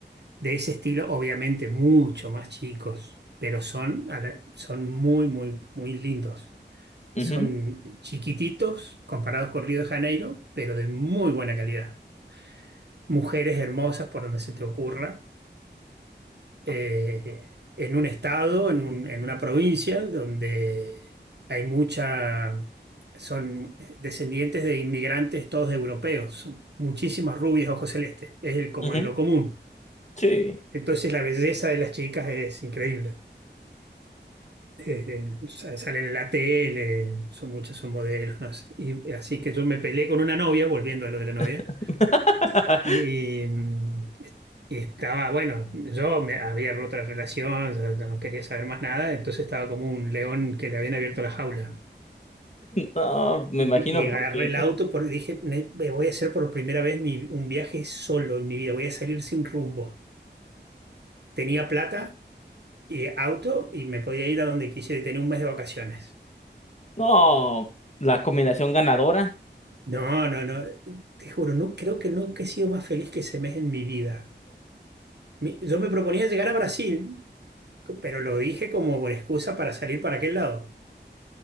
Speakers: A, on the right; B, on the left.
A: de ese estilo, obviamente mucho más chicos, pero son, a la- son muy, muy, muy lindos.
B: Ujú,
A: Son chiquititos comparados con Río de Janeiro, pero de muy buena calidad. Mujeres hermosas por donde se te ocurra, eh, en un estado, en un- en una provincia donde hay mucha, son descendientes de inmigrantes todos europeos, son muchísimas rubias ojos celestes, es el- como
B: ujú,
A: en lo común.
B: Sí.
A: Entonces la belleza de las chicas es increíble. Eh, sa- salen en la tele, son muchas, son modelos, no sé. Y así que yo me peleé con una novia, volviendo a lo de la novia,
B: <laughs>
A: y, mm, Y estaba, bueno, yo me había roto otra relación, ya no quería saber más nada, entonces estaba como un león que le habían abierto la jaula.
B: No, me
A: Y,
B: imagino
A: y
B: porque.
A: agarré el auto porque dije, "Ne- me voy a hacer por primera vez mi- un viaje solo en mi vida, voy a salir sin rumbo. Tenía plata y auto y me podía ir a donde quisiera y tenía un mes de vacaciones.
B: No, la combinación ganadora.
A: No, no, no, te juro, no, creo que nunca he sido más feliz que ese mes en mi vida. Mi- Yo me proponía llegar a Brasil, pero lo dije como por excusa para salir para aquel lado.